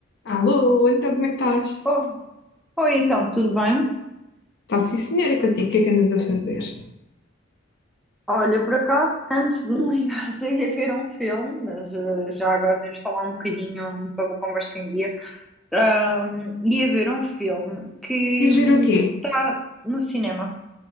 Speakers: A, on the left; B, in the centre.
A: Alô, então como é que estás?
B: Oh, oi, então, tudo bem?
A: Está sim, senhora, contigo, o que é que andas a fazer?
B: Olha, por acaso, antes de me ligares, <laughs> eu ia ver um filme, mas eh, já agora deves falar um bocadinho para a conversa em dia. Ahm, ia ver um filme que
A: Ias ver o quê?
B: está no cinema.